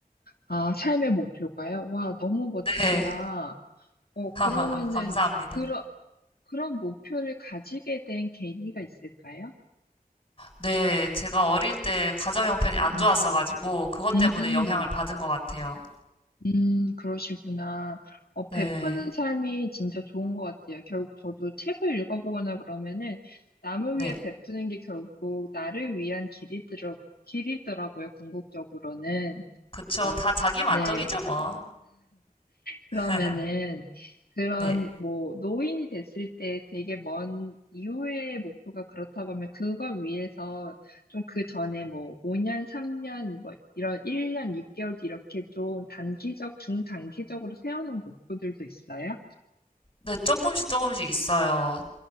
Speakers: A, on the left (about 85°); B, on the left (about 35°).
A: 아, 삶의 목표가요? 와, 너무 멋지시다.
B: 네,
A: 어, 그러면은,
B: 아, <laughs> 감사합니다.
A: 그런, 그런 목표를 가지게 된 계기가 있을까요?
B: 네, 제가 어릴 때 가정 형편이 안
A: 음,
B: 좋았어가지고, 그것
A: 음.
B: 때문에 영향을 받은 것 같아요.
A: 음, 그러시구나. 어,
B: 네,
A: 베푸는 삶이 진짜 좋은 것 같아요. 결국 저도 책을 읽어보거나 그러면은 남을
B: 네.
A: 위해 베푸는 게 결국 나를 위한 길이더라, 길이더라고요, 궁극적으로는.
B: 그쵸.
A: 그래서,
B: 다 자기 만족이죠,
A: 네,
B: 뭐.
A: 그러면은
B: <laughs>
A: 그런
B: 네.
A: 뭐 노인이 됐을 때 되게 먼 이후의 목표가 그렇다고 하면 그걸 위해서 좀 그 전에 뭐 5년, 3년 뭐 이런 1년, 6개월 뒤 이렇게 좀 단기적, 중단기적으로 세워놓은 목표들도 있어요?
B: 네, 조금씩 조금씩 있어요.